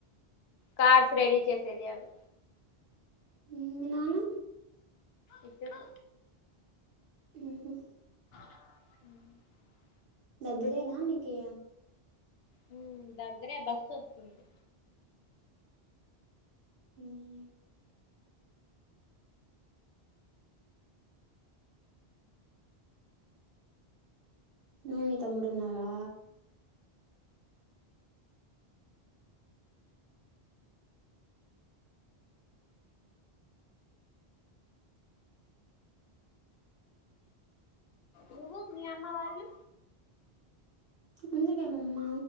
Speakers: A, on the left; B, on the right.
A: కార్స్ రెడీ చేసేది అవి
B: ఉహు మీ నాన్న
A: ఇద్దరు
B: హ్మ్ హు
A: హ్మ్
B: దగ్గరేనా మీకి
A: హ్మ్ దగ్గరే బస్సు వొస్తుంది
B: హ్మ్ నువ్వు మీ తమ్ముడు ఉన్నారా
A: నువ్వు మీ అమ్మ వాళ్ళు
B: ఉంది మే మమ్మ